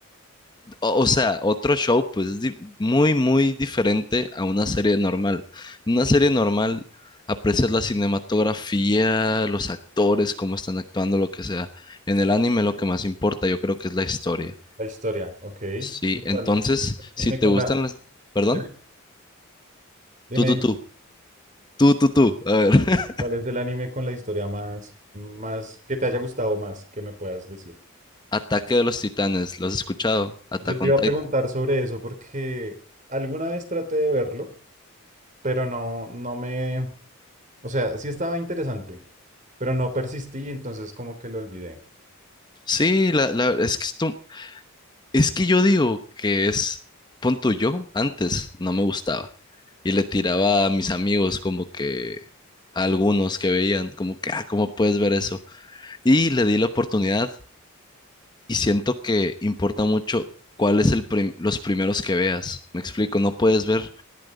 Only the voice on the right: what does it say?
La historia, ok.
¿Y
cuál es el anime
con
la...
Dime, dime,
dime.
¿Cuál es el anime con la historia más, más, que te haya gustado más, que me puedas decir?
Yo te
iba
a preguntar sobre eso porque alguna vez traté de verlo, pero no, no me, o sea, sí estaba interesante, pero no persistí, entonces como que lo olvidé.